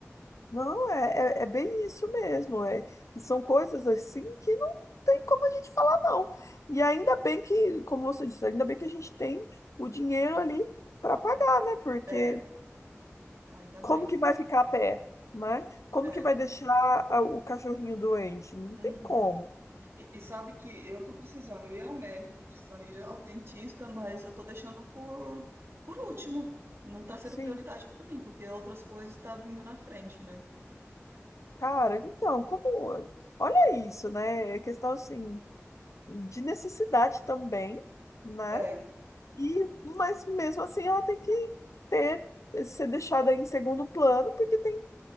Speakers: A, on the left; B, on the right.
A: Não, é, é, é bem isso mesmo. É, e são coisas assim que não tem como a gente falar, não. E ainda bem que, como você disse, ainda bem que a gente tem o dinheiro ali para pagar, né? Porque
B: É, ainda
A: como
B: bem.
A: que vai ficar a pé, né? Como
B: É.
A: que vai deixar a- o cachorrinho doente? Não tem
B: Uhum.
A: como.
B: E, e sabe que eu tô precisando ir ao médico, tô precisando ir ao dentista, mas eu tô deixando por, por último. Não tá sendo
A: Sim,
B: prioridade pra mim, porque outras coisas tá vindo na frente, né?
A: cara, então, como. Olha isso, né? É questão assim de necessidade também, né?
B: É,
A: E, mas mesmo assim ela tem que ter, ser deixada em segundo plano, porque tem